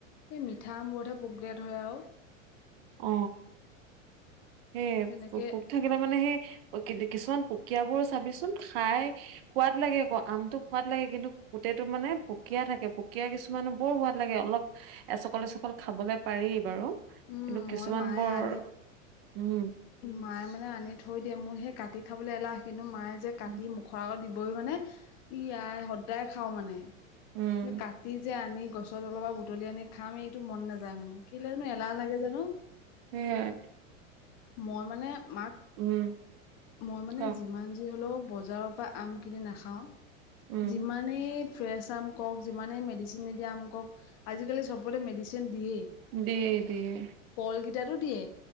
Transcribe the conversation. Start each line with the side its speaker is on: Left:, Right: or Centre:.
Left: এই মিঠা আমবোৰতহে পোকে ধৰে আৰু
Right: অ সেই
Left: তেনেকে
Right: থাকিলে মানে সেই কিছুমান পুকিয়াবোৰ চাবিচোন খাই সোৱাদ লাগে আকৌ আমটো সোৱাদ লাগে কিন্তু গোটটো মানে পুকীয়া থাকে পুকীয়া কিছু কিছুমানে বৰ সোৱাদ লাগে অলপ এচকল, এচকল খাবলে পাৰি বাৰু
Left: উম
Right: কিন্তু
Left: মই
Right: কিছুমান
Left: মায়ে
Right: বৰ
Left: আনি
Right: উম
Left: মায়ে মানে আনি থৈ দিয়ে মোৰ সেই কাটি খাবলৈ এলাহ কিন্তু মায়ে যে কাটি
Right: উম
Left: মুখৰ আগত দিবই মানে, ই আই সদায় খাওঁ মানে
Right: উম
Left: কাটি যে আনি গছৰ তলৰ পৰা বুটলি আনি খাম এইটো মন নাযায় যায় মানে কেলেই নো এলাহ লাগে জানো
Right: সেইয়াই
Left: মই মানে মাক
Right: উম
Left: -মই মানে
Right: ক
Left: যিমান যি হ'লেও বজাৰত পৰা আম কিনি নাখাওঁ,
Right: উম
Left: যিমানেই ফ্ৰেছ আম কওক যিমানেই মেডিচিন চিন নিদিয়া আম কওক, আজিকালি চবৰে মেডিচিন দিয়েই
Right: দিয়ে-দিয়ে
Left: কলকেইটাতো দিয়ে